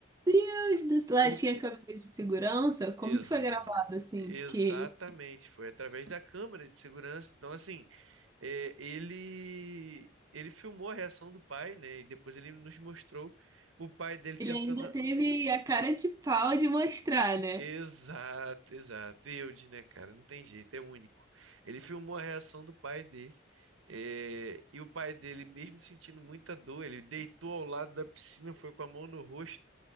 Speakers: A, on the right; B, on the right.
A: Deus do céu. Lá
B: o
A: tinha câmera de segurança? Como
B: Ex-
A: que foi gravado assim?
B: exatamente,
A: Porque
B: foi através da câmera de segurança. Então, assim, é, ele ele filmou a reação do pai, né? E depois ele nos mostrou o pai dele tentando.
A: ele ainda
B: a-
A: teve a cara de pau de mostrar, né?
B: Exato, exato. E eu disse, né, cara, não tem jeito, é único. Ele filmou a reação do pai dele. é, e o pai dele, mesmo sentindo muita dor, ele deitou ao lado da piscina, foi com a mão no rosto